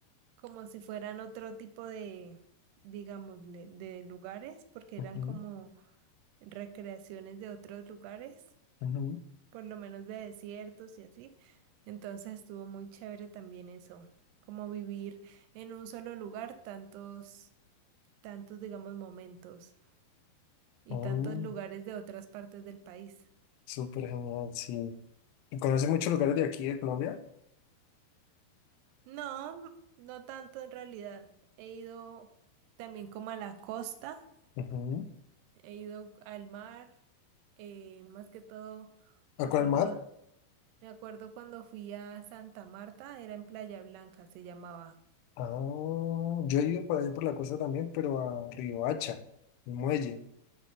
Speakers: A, on the right; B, on the left.
A: como si fueran otro tipo de, digamos, de, de lugares porque
B: ujú,
A: eran como recreaciones de otros lugares
B: ujú.
A: por lo menos de desiertos y así. Entonces estuvo muy chévere también eso, como vivir en un solo lugar tantos, tantos, digamos, momentos y
B: Oh,
A: tantos lugares de otras partes del país.
B: súper genial, sí. ¿Y conoce muchos lugares de aquí de Colombia?
A: No, no tanto en realidad. He ido también como a la costa,
B: Ujú.
A: he ido al mar, eh, más que todo, me
B: ¿A cuál
A: acuerdo,
B: mar?
A: me acuerdo cuando fui a Santa Marta, era en Playa Blanca, se llamaba.
B: Ah, yo he ido por allá por la costa también, pero a Riohacha, el muelle.